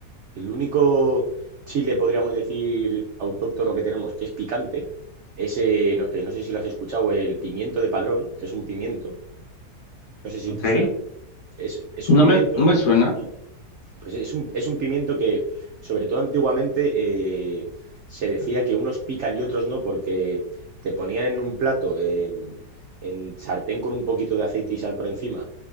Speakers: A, on the right; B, on the left.
A: El único chile, podríamos decir, autóctono que tenemos que es picante, ese, no, que no sé si lo has escuchado, el pimiento de padrón, que es un pimiento, no sé si
B: Ok.
A: te suena, es, es un
B: No
A: pimiento,
B: me, no me suena.
A: mm, pues es un, es un pimiento que, sobre todo antiguamente, eh, se decía que unos pican y otros no, porque te ponían en un plato, eh, en sartén con un poquito de aceite y sal por encima,